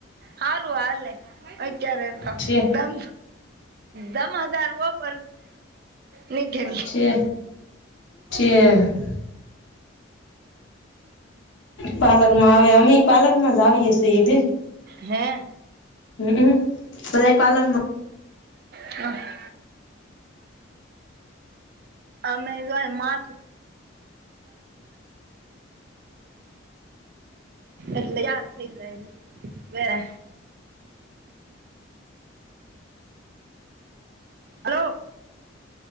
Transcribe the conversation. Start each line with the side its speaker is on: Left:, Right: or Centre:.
Right: હારું હલે ક્યારેતો
Left: ઠેક
Right: દમ દમ હજાર બ પ ન ક ન
Left: ઠેક ઠેક પાર્લરમાં આવે અમી પાર્લર માં જ આવીય છે એ બેન હ
Right: હે
Left: બધા પાર્લરમાં
Right: હમ અમે જો માથ એટલે યાર થઈ જાય. હલો